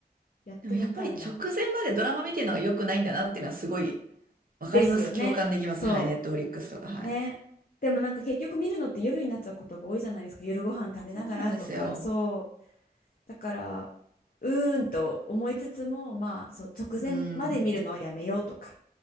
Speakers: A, on the left; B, on the right.
A: やってみたいな。
B: でもやっぱり直前までドラマ見てるのが良くないんだなっていうのはすごいわかります。
A: ですよね。
B: 共感できます。
A: そ
B: はい、ネットフリックスとか、はい。
A: う。ね。でもなんか結局見るのって夜になっちゃうことが多いじゃないですか。夜ご飯食べながらとか。
B: そうなんですよ。
A: そう。だから、うーんと思いつつも、まあ、そう、直前まで見るのはやめようとか、
B: うーん。